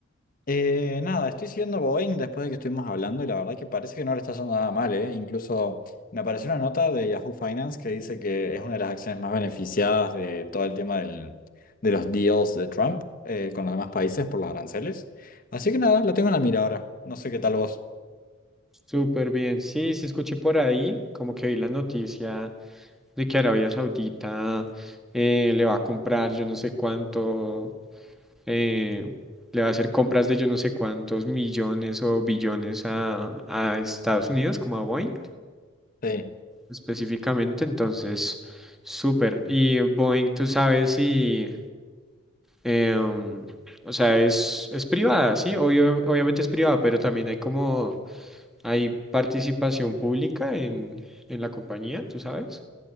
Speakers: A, on the left; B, in the centre.
A: Eh, nada, estoy siguiendo Boeing después de que estuvimos hablando y la verdad que parece que no le está yendo nada mal, ¿eh? Incluso me apareció una nota de Yahoo Finance que dice que es una de las acciones más beneficiadas de todo el tema del- de los deals de Trump eh, con los demás países por los aranceles. Así que nada, la tengo en la mira ahora. No sé qué tal vos.
B: Súper bien, sí, sí escuché por ahí, como que vi la noticia de que Arabia Saudita eh, le va a comprar yo no sé cuánto. eh, le va a hacer compras de yo no sé cuántos millones o billones a, a Estados Unidos, como a Boeing
A: Sí,
B: específicamente. Entonces, súper. Y Boeing, tú sabes si, em, o sea, es, es privada, sí, Obvio- obviamente es privada, pero también hay como, hay participación pública en, en la compañía, tú sabes.